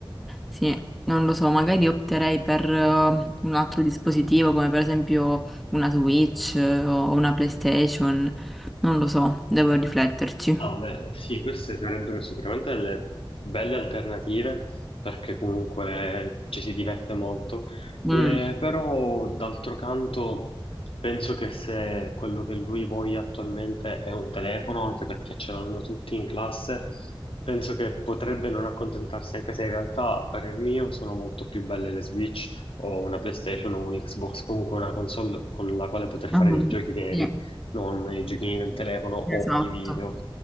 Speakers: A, in the centre; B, on the left.
A: Sì, non lo so, magari opterei per eh, un altro dispositivo come per esempio una Switch eh, o una PlayStation, non lo so, devo rifletterci.
B: Ah, beh, sì, queste sarebbero sicuramente delle belle alternative perché comunque ci si diverte molto,
A: Mm,
B: Eh, però d'altro canto penso che se quello che lui voglia attualmente è un telefono, anche perché ce l'hanno tutti in classe, penso che potrebbe non accontentarsi, anche se in realtà a parer mio sono molto più belle le Switch o una PlayStation o un Xbox, comunque una console con la quale poter
A: mhm,
B: fare i giochi veri,
A: Sì,
B: non i giochini del telefono o
A: esatto.
B: i video.